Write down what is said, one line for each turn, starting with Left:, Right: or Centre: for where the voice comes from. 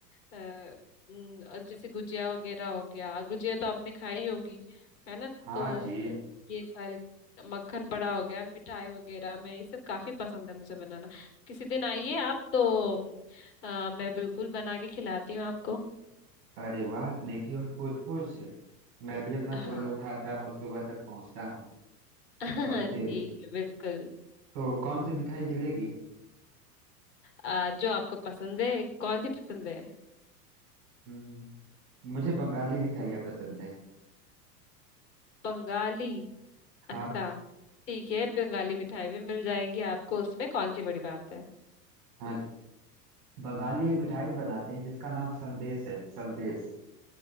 Left: अ, उम, और जैसे गुजिया वगैरह हो गया गुजिया तो आपने खाई होगी है ना
Right: हाँ
Left: तो
Right: जी
Left: ये सारे मक्खन बड़ा हो गया मिठाई वगैरह में ये सब काफी पसंद है मुझे बनाना तो किसी दिन आइए आप तो अम, अ, मैं बिल्कुल बना के खिलाती हूँ आपको
Right: अरे वाह नेकी और पूछ पूछ मैं भी अपना
Left: हाँ
Right: झोला उठाता हूँ और सुबह तक पहुँचता हूँ
Left: <laughs>
Right: और फिर
Left: ठीक है बिल्कुल
Right: तो कौन सी मिठाई मिलेगी
Left: आ, जो आपको पसंद है कौन सी पसंद है
Right: हम्म मुझे बंगाली मिठाइयाँ पसंद
Left: बंगाली अच्छा
Right: है
Left: ठीक है बंगाली मिठाई भी मिल जाएगी आपको उसमें कौन सी बड़ी बात है
Right: हाँ बंगाली एक मिठाई बनाते हैं जिसका नाम संदेश है संदेश